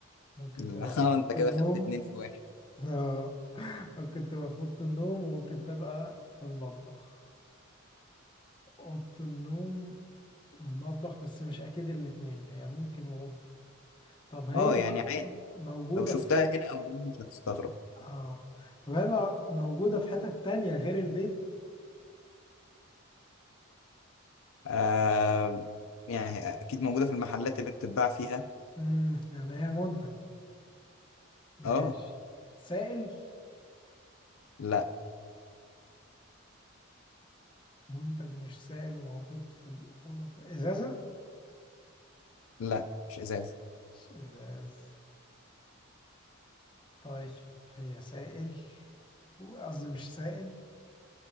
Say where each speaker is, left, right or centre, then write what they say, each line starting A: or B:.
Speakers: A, on the left (about 20°); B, on the left (about 75°).
A: ممكن
B: لا
A: تبقى
B: <laughs>
A: في
B: آه،
A: أوضة
B: انت كده
A: النوم
B: خدت اتنين في واحد
A: آه، ممكن تبقى في أوضة النوم وممكن تبقى في المطبخ أوضة النوم والمطبخ بس مش أكيد الاتنين هي ممكن وممكن طب هي
B: اه يعني
A: م-
B: عادي
A: موجودة
B: لو شفتها
A: في
B: هنا او هنا مش هتستغرب
A: اه طب هي م- موجودة في حتة تانية غير البيت
B: آه يعني اكيد موجودة في المحلات اللي بتتباع فيها
A: امم يعني هي منتج ماشي
B: اه
A: سائل
B: لا
A: منتج مش سائل وموجود في الأوضة في إزازة
B: لا مش ازاز
A: مش إزاز طيب هي سائل قصدي مش سائل